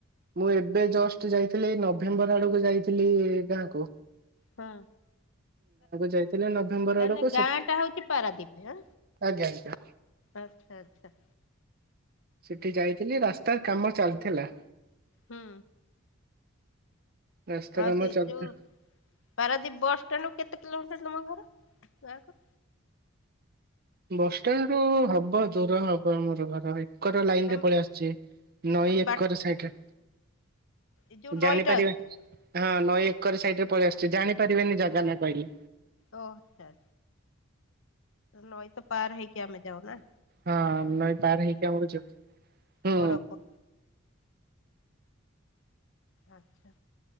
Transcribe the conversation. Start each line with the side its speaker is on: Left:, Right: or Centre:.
Right: ମୁଁ ଏବେ ଜଷ୍ଟ ଯାଇ ଥିଲି। ନଭେମ୍ବର ଆଡକୁ ଯାଇଥିଲି ଗାଁ କୁ।
Left: ହଁ,
Right: ଯାଇଥିଲେ ନଭେମ୍ବର
Left: ତାନେ
Right: ଆଡକୁ
Left: ଗାଁ
Right: ସେ
Left: ଟା ହଉଛି ପାରାଦୀପ।
Right: ଆଜ୍ଞା ଆଜ୍ଞା
Left: ଆଛା ଆଛା।
Right: ସେଠି ଯାଇଥିଲି, ରାସ୍ତାର କାମ ଚାଲିଥିଲା।
Left: ହୁଁ।
Right: ରାସ୍ତା
Left: ଆଉ
Right: କାମ
Left: ସେ
Right: ଚାଲିଥିଲା
Left: ଯୋଉ, ପାରାଦୀପ ବସଷ୍ଟାଣ୍ଡରୁ କେତେ କିଲୋମିଟର ତମ ଘର? ଗାଁକୁ।
Right: ବସଷ୍ଟାଣ୍ଡରୁ ହବ, ଦୂର ହବ ଆମର ଘର। ଏକର ଲାଇନ
Left: ତମ
Right: ରେ ପଳେଇ ଆସୁଛି। ନଈ
Left: ତମ
Right: ଏକର
Left: ବା
Right: ସାଇଡରେ
Left: ଏ ଯୋଉ
Right: ଜାଣିପାରିବେ
Left: ନଈଟା ଅଛି।
Right: ହଁ, ନଈ ଏକର ସାଇଡ ରେ ପଳେଇ ଆସୁଛି। ଜାଣିପାରିବେନି ଜାଗା ନା କହିଲେ।
Left: ଓ ଆଛା ଆଛା। ନଈ ତ ପାର ହେଇକି, ଆମେ ଯାଉ ନା।
Right: ହଁ ନଈ ପାର ହେଇଁକ <unintelligible> ହଛ ହ।
Left: ବଡ ପୋଲ ଆଛା।